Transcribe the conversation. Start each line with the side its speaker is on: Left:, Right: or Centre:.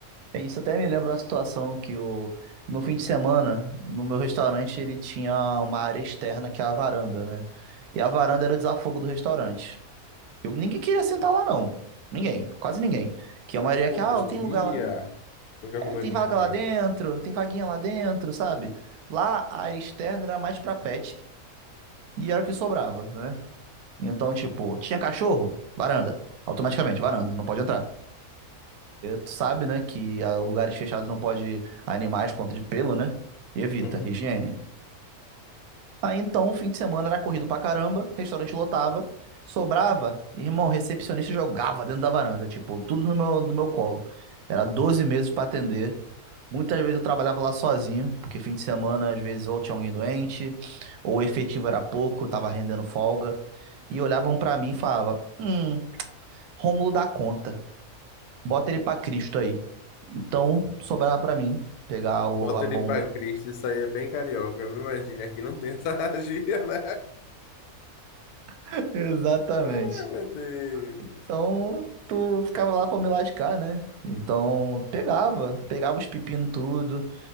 Right: É, Isso até me lembra uma situação que o, no fim de semana, no meu restaurante, ele tinha uma área externa que é a varanda, né? E a varanda era o desafogo do restaurante. Que eu- ninguém queria sentar lá, não. Ninguém, quase ninguém. Que a maioria é
Left: Porque
Right: que, ah,
Left: chovia.
Right: tem lugar lá.
Left: Fica
Right: É,
Left: com medo
Right: tem vaga
Left: de quê?
Right: lá dentro, tem vaguinha lá dentro, sabe? Lá a área externa era mais pra pet e era o que sobrava, né? Então, tipo, tinha cachorro? Varanda. Automaticamente, varanda, não pode entrar. Tu sabe, né, que a lugares fechados não pode animais por conta de pelo, né? E evita,
Left: Uhum.
Right: higiene. Aí então, o fim de semana era corrido pra caramba, restaurante lotava, sobrava, irmão, recepcionista jogava dentro da varanda, tipo, tudo no meu, no meu colo. Era 12 meses pra atender. Muitas vezes eu trabalhava lá sozinho, porque fim de semana, às vezes, ou tinha alguém doente, ou o efetivo era pouco, tava rendendo folga. E olhavam pra mim e falavam: Hum, Rômulo dá conta. Bota ele pra Cristo aí. Então, sobrava pra mim pegar o-
Left: Bota
Right: a bomba.
Left: ele pra Cristo, isso aí é bem carioca, viu? Imagina, aqui não tem essa <laughs> gíria, né?
Right: <laughs> Exatamente.
Left: <laughs> Ai, meu Deus.
Right: Então, tu ficava lá pra me lascar, né? Então, pegava, pegava os pepinos tudo,